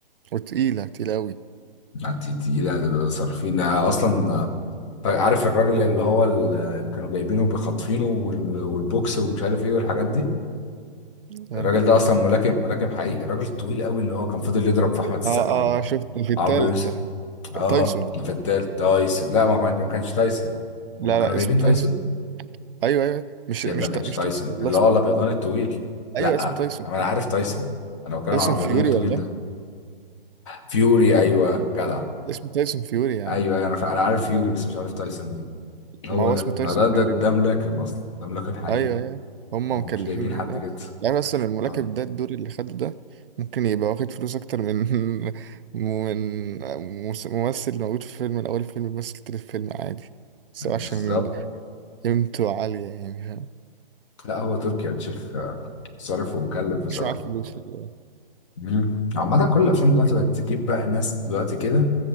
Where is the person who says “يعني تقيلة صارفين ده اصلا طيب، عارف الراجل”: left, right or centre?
Left